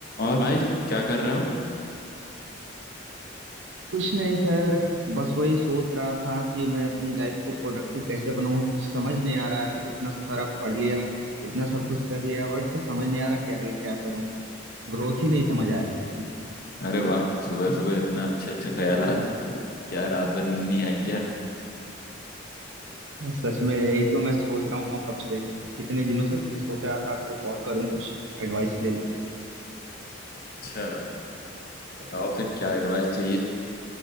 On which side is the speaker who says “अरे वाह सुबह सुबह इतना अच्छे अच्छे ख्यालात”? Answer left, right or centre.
Left